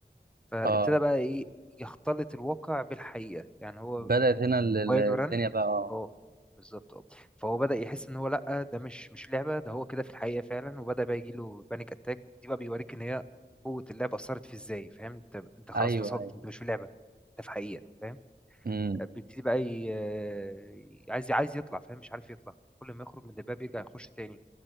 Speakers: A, in the centre; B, on the right.
A: فابتدى
B: اه
A: بقى ايه يختلط الواقع بالحقيقه يعني هو
B: بدأت هنا ال- ال-
A: موبايل
B: الدنيا
A: ورن
B: بقى اه
A: اه بالظبط اه فهو بدأ يحس ان هو لا ده مش مش لعبة ده هو كده في الحقيقة فعلا وبدأ بقى يجي له بانيك اتاك دي بقى بيوريك ان هي قوة اللعبة أثرت في ازاي فاهم انت انت خلاص
B: ايوه
A: فصلت
B: ايوه
A: انت مش في لعبة انت في حقيقة فاهم
B: امم
A: آه، بيبتدي بقى ي... آه، عايز عايز يطلع فاهم مش عارف يطلع كل ما يخرج من الباب يرجع يخش تاني